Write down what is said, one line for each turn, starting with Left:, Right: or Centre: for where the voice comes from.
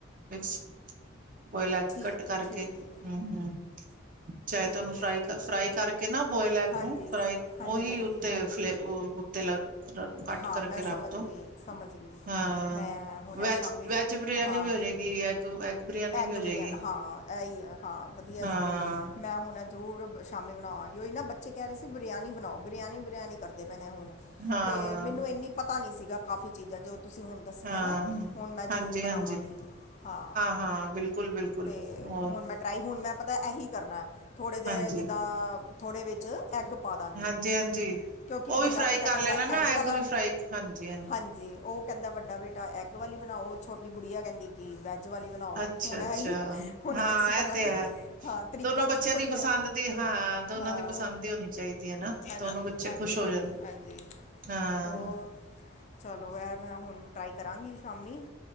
Right: ਮਿਕਸ ਬੋਇਲ ਐਗ
Left: ਠੀਕ
Right: ਕੱਟ
Left: ਹੈ
Right: ਕਰਕੇ,
Left: ਠੀਕ ਹੈ
Right: ਹੂੰ, ਹੂੰ ਚਾਹੇ
Left: ਠੀਕ
Right: ਤੁ ਉਹਨੂੰ ਫ੍ਰਾਈ,
Left: ਹੈ
Right: ਫ੍ਰਾਈ ਕਰ ਕੇ ਨਾ ਬੋਇਲ ਐਗ
Left: ਹਾਂਜੀ
Right: ਨੂੰ, ਫਰਾਈ
Left: ਹਾਂਜੀ
Right: ਓਹੀ
Left: ਹਾਂਜੀ
Right: ਉੱਤੇ
Left: ਹਾਂਜੀ
Right: ਫਲੇ ਉੱਤੇ ਕੱਟ
Left: ਹਾਂ,
Right: ਕਰਕੇ
Left: ਮੈਂ
Right: ਰੱਖ
Left: ਸਮਝਗੀ,
Right: ਦੋ
Left: ਸਮਝਗੀ
Right: ਹਾਂ
Left: ''ਮੈਂ ਹੁਣ
Right: ਵੈਜ
Left: ਆ ਸ਼ਾਮੀ
Right: ਵੈਜ ਬਰਿਆਨੀ
Left: ਹਾਂ,
Right: ਵੀ ਹੋ ਜਾਏਗੀ ਐਗ ਐਗ ਬਰਿਆਨੀ
Left: ਐਗ
Right: ਵੀ ਹੋ ਜਾਏਗੀ
Left: ਬਿਰਿਆ ਹਾਂ, ਐਈ ਐ, ਹਾਂ ਵਧੀਆ
Right: ਹਾਂ
Left: ਸਗੋਂ ''ਮੈਂ ਹੁਣ ਜ਼ਰੂਰ ਸ਼ਾਮੀ ਬਣਾਵਾਂਗੀ, ਓਈ ਨਾ ਬੱਚੇ ਕਹਿ ਰਹੇ ਸੀ ਬਰਿਆਨੀ ਬਨਾਓ, ਬਿਰਿਆਨੀ-ਬਿਰਿਆਨੀ ਕਰਦੇ ਪਏ ਨੇ ਹੁਣ।
Right: ਹਾਂ
Left: ਤੇ, ਮੈਨੂੰ ਇੰਨੀ ਪਤਾ ਨਹੀਂ ਸੀਗਾ ਕਾਫੀ ਚੀਜ਼ਾਂ, ਜੋ ਤੁਸੀਂ ਹੁਣ ਦੱਸੀਆਂ
Right: ਹਾਂ
Left: ਨਾ, ਹੁਣ ਮੈਂ
Right: ਹਾਂਜੀ
Left: ਜ਼ਰੂਰ ਬਣਾਵਾਂਗੀ,
Right: ਹਾਂਜੀ
Left: ਹਾਂ,
Right: ਹਾਂ ਬਿਲਕੁਲ ਬਿਲਕੁਲ
Left: ਤੇ
Right: ਹੋਰ
Left: ਹੁਣ ਮੈਂ ਟਰਾਈ ਹੁਣ ਮੈਂ ਪਤਾ ਐਹੀ ਕਰਨਾ, ਥੋੜ੍ਹੇ ਜਿਹੇ
Right: ਹਾਂਜੀ
Left: ਜਿੱਦਾਂ, ਥੋੜ੍ਹੇ ਵਿੱਚ ਐੱਗ ਪਾਦਾਂਗੀ,
Right: ਹਾਂਜੀ ਹਾਂਜੀ
Left: ਕਿਉਂਕਿ
Right: ਉਹ
Left: ਵੱਡਾ
Right: ਵੀ ਫਰਾਈ
Left: ਬੇਟਾ
Right: ਕਰ
Left: ਕਹਿੰਦਾ
Right: ਲੈਣਾ
Left: ਐਗ
Right: ਨਾ
Left: ਵਾਲਾ?
Right: ਵੀ ਫਰਾਈ ਹਾਂਜੀ
Left: ਹਾਂਜੀ, ਓ ਕਹਿੰਦਾ ਵੱਡਾ ਬੇਟਾ ਐੱਗ ਵਾਲੀ ਬਣਾਓ, ਛੋਟੀ ਗੁੜੀਆ ਕਹਿੰਦੀ ਕਿ ਵੈਜ ਜ ਵਾਲੀ ਬਣਾਓ,
Right: ਅੱਛਾ
Left: ਹੁਣ
Right: ਅੱਛਾ
Left: ਐਹੀ, ਹੁਣ
Right: ਹਾਂ
Left: ਇਸ
Right: ਇਹ ਤੇ ਹੈ
Left: ਹਾਂ ਤਰੀਕਾ
Right: ਦੋਨੋ ਬੱਚਿਆਂ
Left: ਤਾਂ ਇੱਕੋ
Right: ਦੀ
Left: ਈ
Right: ਪਸੰਦ
Left: ਐ।
Right: ਦੀ ਹਾਂ ਦੋਨੋ
Left: ਹਾਂ,
Right: ਦੀ ਪਸੰਦ ਦੀ ਹੋਣੀ ਚਾਹੀਦੀ ਹੈ ਨਾ
Left: ਹਾਂਜੀ-ਹਾਂਜੀ-ਹਾਂਜੀ।
Right: ਦੋਨੋ ਬੱਚੇ ਖੁਸ਼ ਹੋ ਜਾਣ ਹਾਂ
Left: ਹੋਰ, ਤ ਚਲੋ, ਐ 'ਮੈਂ ਹੁਣ ਟਰਾਈ ਕਰਾਂਗੀ ਸ਼ਾਮੀ